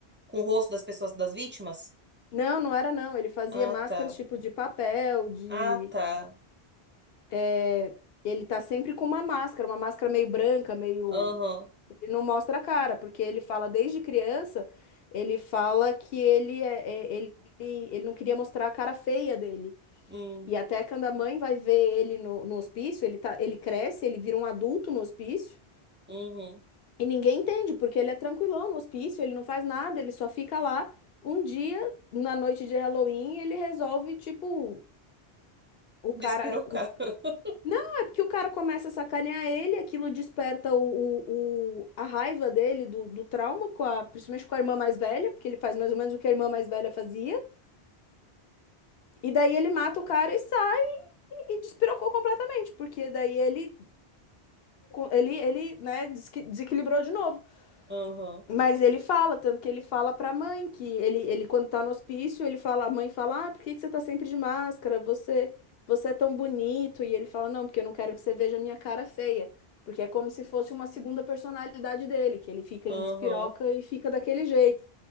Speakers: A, on the right; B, on the left.
A: com o rosto das pessoas, das vítimas?
B: Não, não era não, ele fazia
A: Ah,
B: máscaras
A: tá.
B: tipo de papel, de...
A: Ah, tá.
B: é, Ele tá sempre com uma máscara, uma máscara meio branca, meio
A: Aham.
B: Ele não mostra a cara, porque ele fala desde criança, ele fala que ele, é, é- ele, ele não queria mostrar a cara feia dele.
A: Hum,
B: E até quando a mãe vai ver ele no, no hospício, ele tá, ele cresce, ele vira um adulto no hospício,
A: uhum.
B: e ninguém entende, porque ele é tranquilão no hospício, ele não faz nada, ele só fica lá. Um dia, na noite de Halloween, ele resolve, tipo, o
A: Despirocar.
B: cara, um
A: <laughs>
B: Não, é porque o cara começa a sacanear ele, aquilo desperta o, o- o- a raiva dele, do, do trauma, com a- principalmente com a irmã mais velha, porque ele faz mais ou menos o que a irmã mais velha fazia. E daí ele mata o cara e sai e despirocou completamente, porque daí ele, ele, ele, né, desequi- desequilibrou de novo.
A: Aham.
B: Mas ele fala, tanto que ele fala pra mãe que ele, ele quando tá no hospício, ele fala, a mãe fala: "Ah, por que que você tá sempre de máscara? Você você é tão bonito". E ele fala: "Não, porque eu não quero que você veja a minha cara feia". Porque é como se fosse uma segunda personalidade dele, que ele fica,
A: Aham.
B: ele despiroca e fica daquele jeito.